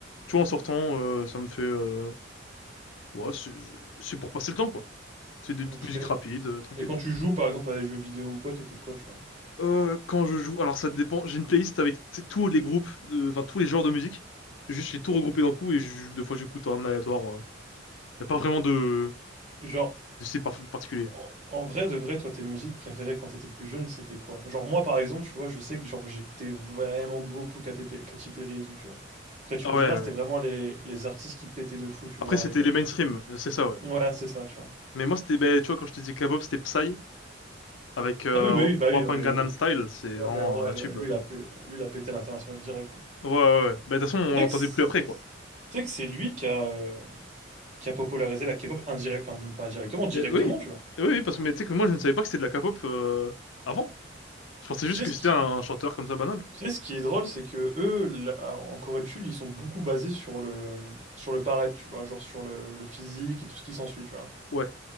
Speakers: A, on the left; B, on the right.
A: tu vois, en sortant, euh, ça me fait... euh, Ouais, c'est c'est pour passer le temps, quoi. C'est des petites
B: Ok.
A: musiques rapides, euh, tranquilles.
B: Et quand tu joues, par exemple, à des jeux vidéo ou quoi, t'écoutes quoi, tu vois?
A: Euh, quand je joue... Alors, ça dépend. J'ai une playlist avec tu sais, tous les groupes, de- enfin, tous les genres de musique. Juste, j'ai tout regroupé d'un coup et je- deux fois, j'écoute en aléatoire. euh. Y a pas vraiment de...
B: Genre,
A: de style par- particulier.
B: en, en vrai de vrai, toi, tes musiques préférées quand t'étais plus jeune, c'était quoi? Genre, moi, par exemple, tu vois, je sais que genre j'écoutais vraiment beaucoup KTP, Katy Perry et tout, tu vois. Après, tu
A: Ah
B: me
A: ouais,
B: diras,
A: ouais.
B: c'était vraiment les, les artistes qui pétaient de fou, tu
A: Après,
B: vois,
A: c'était
B: à l'époque.
A: les mainstream, euh, c'est ça, ouais.
B: Ouais, c'est ça, tu vois.
A: Mais moi, c'était... ben, tu vois, quand je te disais K-pop, c'était Psy. avec euh,
B: Bah oui, bah
A: Wap-
B: oui, bah
A: Wapan
B: oui, non, mais,
A: Gangnam
B: oui.
A: Style,
B: oui.
A: c'est
B: Ouais,
A: vraiment
B: mais en vrai,
A: un
B: de
A: tube.
B: vrai, lui,
A: euh.
B: il a, pé- lui, il a pété à l'international direct. hein.
A: Ouais, ouais, ouais. Bah, de toute façon, on
B: Et Tu
A: l'entendait
B: sais que c'est
A: plus après, quoi.
B: tu sais que c'est lui qui a, euh, qui a popularisé la K-pop indirect, enfin, même pas indirectement, directement,
A: Et oui,
B: tu vois.
A: oui, oui, parce que mais tu sais que moi, je ne savais pas que c'était de la K-pop euh, avant. Je pensais
B: Tu
A: juste
B: sais
A: que
B: ce
A: c'était
B: qui,
A: un chanteur comme ça banal.
B: tu sais ce qui est drôle, c'est que eux, là, en Corée du Sud, ils sont beaucoup basés sur le, sur le paraître, tu vois, genre sur le, le physique et tout ce qui s'ensuit, tu vois.
A: Ouais.